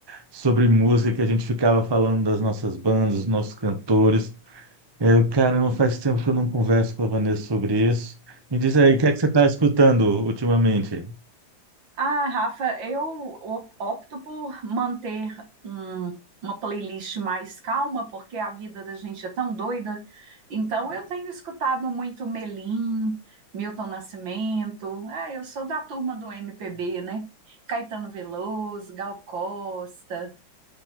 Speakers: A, on the right; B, on the right.
A: sobre música. A gente ficava falando das nossas bandas, dos nossos cantores. Eu, caramba, faz tempo que eu não converso com a Vanessa sobre isso. Me diz aí, o que é que você tá escutando ultimamente?
B: Ah, Rafa, eu op- opto por manter um- uma playlist mais calma, porque a vida da gente é tão doida. Então, eu tenho escutado muito Melim, Milton Nascimento. Ah, eu sou da turma do MPB, né? Caetano Veloso, Gal Costa.